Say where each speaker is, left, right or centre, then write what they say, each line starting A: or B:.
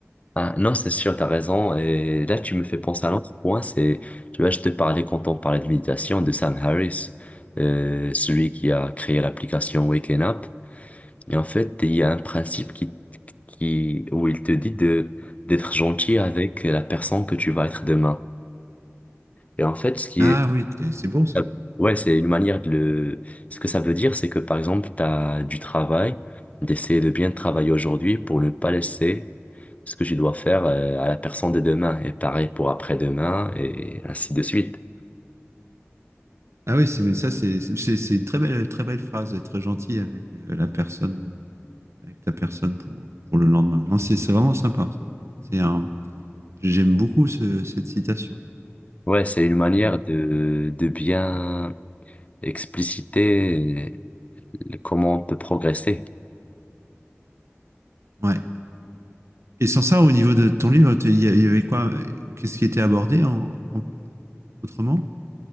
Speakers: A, on the left (about 30°); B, on the right (about 70°).
A: Ah, non, c'est sûr, t'as raison. Et là, tu me fais penser à l'autre point, c'est, tu vois, je te parlais quand on parlait de méditation de Sam Harris, euh, celui qui a créé l'application Waken Up. Et en fait, il y a un principe qui, qui, où il te dit de, d'être gentil avec la personne que tu vas être demain. Et en fait, ce qui
B: Ah oui, c'est c'est beau ça.
A: Euh, Ouais, c'est une manière de le... Ce que ça veut dire, c'est que par exemple, tu as du travail, d'essayer de bien travailler aujourd'hui pour ne pas laisser ce que je dois faire euh, à la personne de demain, et pareil pour après-demain, et ainsi de suite.
B: Ah oui, c'est, mais ça, c'est c'est- c'est une très belle, très belle phrase, être gentil avec euh, la personne, avec ta personne pour, pour le lendemain. Non, c'est c'est vraiment sympa, ça. C'est un, j'aime beaucoup ce- cette citation.
A: Ouais, c'est une manière
B: Et,
A: de, de bien expliciter euh, comment on peut progresser.
B: Ouais. Et sans ça, au niveau de ton livre, tu- il y, a- il y avait quoi? euh, Qu'est-ce qui était abordé en, en- autrement?